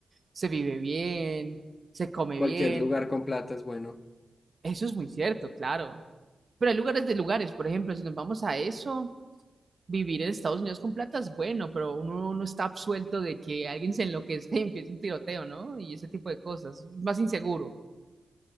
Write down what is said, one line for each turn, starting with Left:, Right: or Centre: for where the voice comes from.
Right: Se vive bien, se come
Left: Cualquier
Right: bien.
Left: lugar con plata es bueno.
Right: Eso es muy cierto, claro. Pero hay lugares de lugares, por ejemplo, si nos vamos a eso. vivir en Estados Unidos con plata es bueno, pero uno no está absuelto de que alguien se enloquezca y empiece un tiroteo, ¿no? Y ese tipo de cosas. Es más inseguro.